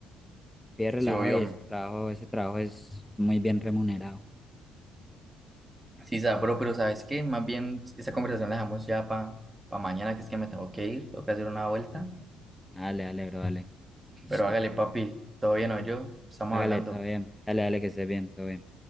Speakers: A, in the centre; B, on the right (about 15°).
A: vive relajado
B: sí, obvio,
A: y ese trabajo, ese trabajo es muy bien remunerado.
B: sí, sabro, pero ¿sabes qué? Más bien esta conversación la dejamos ya para mañana, que es que me tengo que ir, tengo que hacer una vuelta.
A: Dale, dale, bro, dale. Listo.
B: Pero hágale, papi, todavía no yo, estamos
A: Hágale,
B: hablando.
A: todo bien. Dale, dale, que esté bien, todo bien.